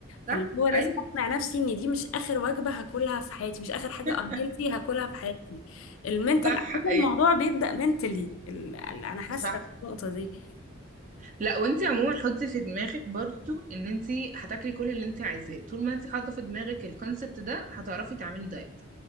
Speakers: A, on the right; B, on the left.
A: صح
B: فاللي هو لازم
A: ايوه
B: اقنع نفسي ان دي مش اخر وجبه هاكلها في حياتي مش اخر حاجه
A: <laughs>
B: ان هيلثي هاكلها في حياتي المنتل
A: صح ايوه
B: الموضوع بيبدا منتلي انا حاسه
A: صح
B: النقطه دي
A: لا وانت عموما حطي في دماغك برضو ان انت هتاكلي كل اللي انت عايزاه طول ما انت حاطه في دماغك الكونسبت ده هتعرفي تعملي دايت